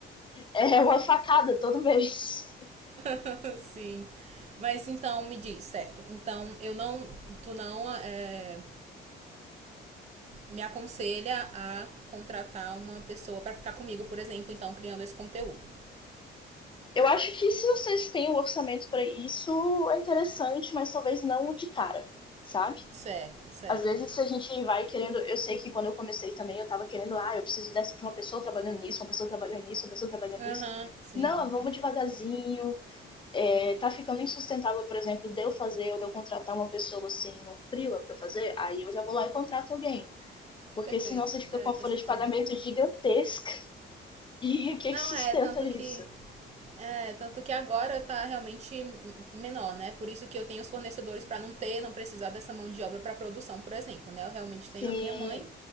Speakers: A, on the left (about 25°); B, on the right (about 35°).
A: É uma facada todo mês.
B: <laughs> sim. Mas então me diz, certo? Então eu não, tu não é, me aconselha a contratar uma pessoa para ficar comigo, por exemplo, então criando esse conteúdo.
A: Eu acho que se vocês têm o orçamento para isso, é interessante, mas talvez não de cara, sabe?
B: Certo, certo.
A: às vezes a gente vai querendo. Eu sei que quando eu comecei também, eu tava querendo, ah, eu preciso dessa, de uma pessoa trabalhando nisso, uma pessoa trabalhando nisso, uma pessoa trabalhando
B: Aham,
A: nisso.
B: sim.
A: Não, vamos devagarzinho. É, tá ficando insustentável, por exemplo, de eu fazer ou de eu contratar uma pessoa assim no Freela pra fazer, aí eu já vou lá e contrato alguém. Porque
B: Perfeito.
A: senão você fica
B: É,
A: com a folha
B: faz sentido.
A: de pagamento gigantesca. <laughs> E o que
B: Não,
A: que sustenta
B: é, tanto
A: isso?
B: que. É, tanto que agora tá realmente menor, né? Por isso que eu tenho os fornecedores para não ter, não precisar dessa mão de obra para produção, por exemplo, né? Eu realmente tenho
A: Sim,
B: a minha mãe